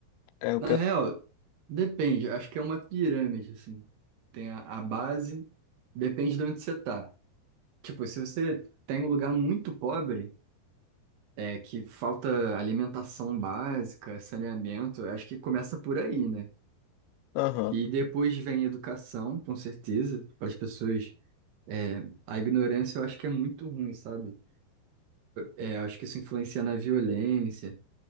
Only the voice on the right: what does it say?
Na real, depende, acho que é uma pirâmide assim. Tem a, a base, depende de onde você tá. Tipo, se você tem um lugar muito pobre, é que falta alimentação básica, saneamento, eu acho que começa por aí, né?
E depois vem educação, com certeza, para as pessoas. é, a ignorância eu acho que é muito ruim, sabe? É, eu acho que isso influencia na violência.